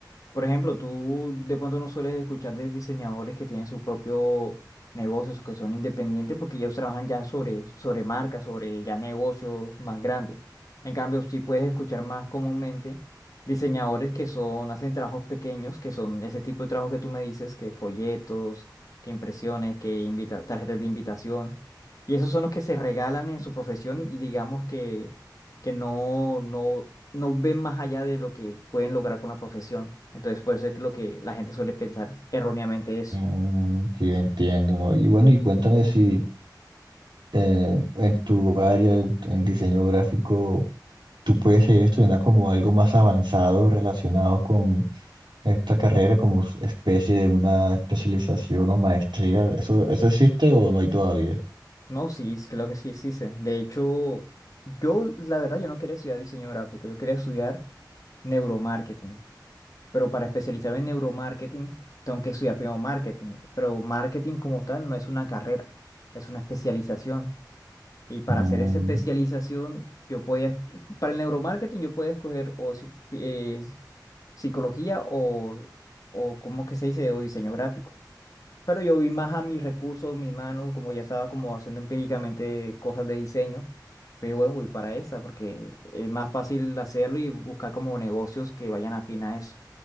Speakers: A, on the left; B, on the right.
A: Por ejemplo, tú de pronto no sueles escuchar de diseñadores que tienen su propio negocios, o que son independientes, porque ellos trabajan ya sobre, sobre marcas, sobre ya negocios más grandes. En cambio, sí puedes escuchar más comúnmente diseñadores que son, hacen trabajos pequeños, que son ese tipo de trabajo que tú me dices, que folletos, que impresiones, que invita, tarjetas de invitación. Y esos son los que se regalan en su profesión y y digamos que que no, no, no ven más allá de lo que pueden lograr con la profesión. Entonces, por eso es que lo que la gente suele pensar erróneamente eso.
B: Mm, sí, entiendo, ¿no? Y bueno, y cuéntame si... eh, en tu área, en, en diseño gráfico, tú puedes seguir estudiando como algo más avanzado relacionado con esta carrera, como s- especie de una especialización o maestría. ¿Eso, eso existe o no hay todavía?
A: No, sí, sí, claro que sí existe. De hecho, yo, la verdad, yo no quería estudiar diseño gráfico, yo quería estudiar neuromarketing. Pero para especializarme en neuromarketing, tengo que estudiar primero marketing. Pero marketing como tal no es una carrera, es una especialización. Y para
B: Mm,
A: hacer esa especialización, yo podía, para el neuromarketing, yo podía escoger o si- eh, psicología o, o ¿cómo que se dice? O diseño gráfico. Pero yo vi más a mis recursos, mis manos, como ya estaba como haciendo empíricamente cosas de diseño. Pero bueno, voy para esa porque es más fácil hacerlo y buscar como negocios que vayan afín a eso.